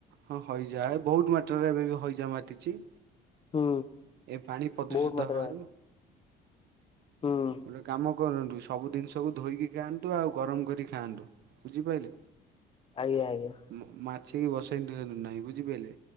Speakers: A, on the right; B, on the left.
A: ହଁ ହଇଜା ଏ ବହୁତ ମାତ୍ରାରେ ଏବେ ବି ହଇଜା ମାତିଛି।
B: ହୁଁ
A: ଏ ପାଣି ପ୍ରଦୂଷିତ
B: ବହୁତ ମାତ୍ରାରେ
A: ହେବାରୁ
B: ହୁଁ।
A: ଗୋଟେ କାମ କରନ୍ତୁ ସବୁ ଜିନିଷକୁ ଧୋଇକି ଖାଆନ୍ତୁ ଆଉ ଗରମ କରି ଖାଆନ୍ତୁ ବୁଝିପାଇଲେ।
B: ଆଜ୍ଞା ଆଜ୍ଞା।
A: ମ-ମାଛି କି ବସେଇ ଦିଅନ୍ତୁ ନାହିଁ ବୁଝିପାଇଲେ